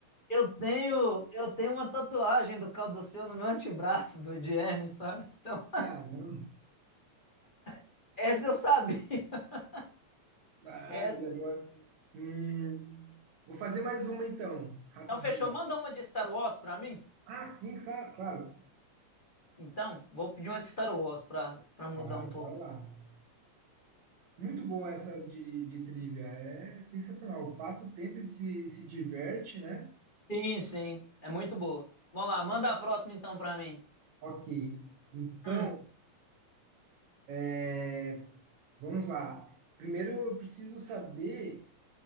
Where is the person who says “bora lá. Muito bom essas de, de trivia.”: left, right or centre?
Right